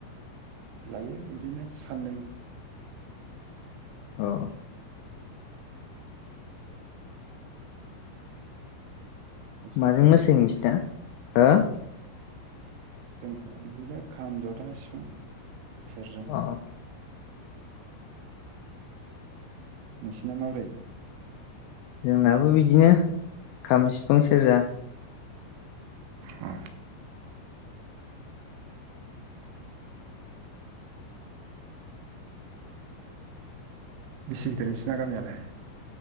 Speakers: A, on the right; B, on the left.
A: लायो इदिनो साननै
B: औ माजों
A: जाबाय
B: मोसायो नोंसोरना हो?
A: जोंना बिदिनो खाम, जथा, सिफुं, सेर्जा
B: अ
A: नोंसिना माबोरै?
B: जोंनाबो बिदिनो खाम, सिफुं, सेर्जा
A: अ बिसि गिदिर नोंसोरना गामियालाय?